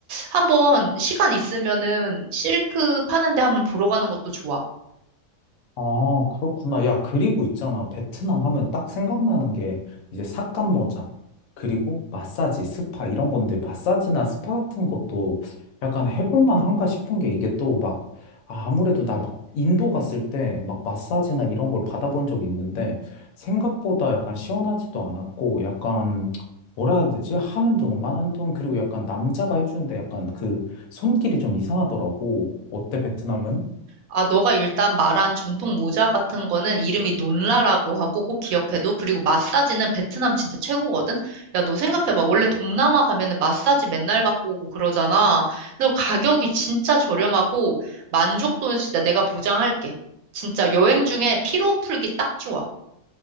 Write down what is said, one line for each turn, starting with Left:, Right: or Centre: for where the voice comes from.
Right: 한번 시간 있으면은 실크 파는데 한번 보러 가는 것도 좋아.
Left: 아, 그렇구나. 야, 그리고 있잖아. 베트남 하면 딱 생각나는 게 이제 삭감 모자, 그리고 마사지, 스파 이런 건데 마사지나 스파 같은 것도 약간 해볼 만한가 싶은 게 이게 또 막, 아, 아무래도 나 막 인도 갔을 때 막 마사지나 이런 걸 받아본 적이 있는데 생각보다 약간 시원하지도 않았고 약간 뭐라 해야 되지? 하는 둥, 마는 둥, 그리고 약간 남자가 해주는데 약간 그 손길이 좀 이상하더라고. 어때, 베트남은?
Right: 아, 너가 일단 말한 전통 모자 같은 거는 이름이 논라라고 하고 꼭 기억해둬. 그리고 마사지는 베트남 진짜 최고거든? 야, 너 생각해봐. 원래 동남아 가면은 마사지 맨날 받고 오고 그러잖아. 그래서 가격이 진짜 저렴하고 만족도는 진짜 내가 보장할게. 진짜 여행 중에 피로 풀기 딱 좋아.